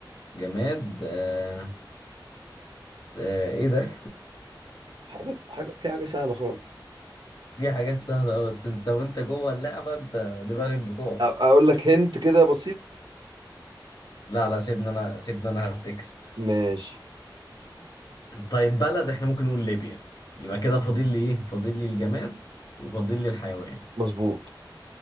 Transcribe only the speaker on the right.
حاجة حاجة في حاجة سهلة خالص
اقول لك هنت كده بسيط
ماشي
مظبوط